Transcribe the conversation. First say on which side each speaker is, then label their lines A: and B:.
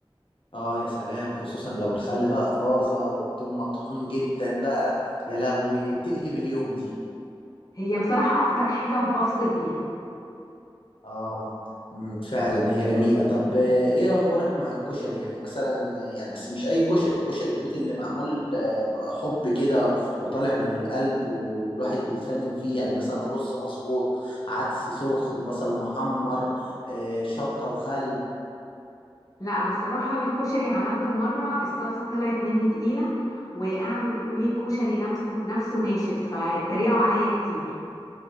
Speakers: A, on the left; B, on the left.
A: اه يا سلام خصوصا لو الخل بقى طازة والثوم مطحون جدا بقى يا لهوي بتقلب اليوم دي
B: هي بصراحة اكتر حاجة بفصل بيها
A: اه مم، فعلا هي جميلة طب آه، ايه اخبارك مع الكشري يعني مثلا يعني بس مش اي كشري كشري البيت اللي معمول آه، بحب كده وطالع من القلب و- والواحد بيتفنن فيه يعني مثلا رز مظبوط عدس سخن بصل محمر آه، شطة وخل
B: لا بصراحة الكشري عملته مرة الصلصة طلعت مني تقيلة وقعدوا يقولوا لي الكشري نفسه نفسه ناشف فاتريقوا عليا كتير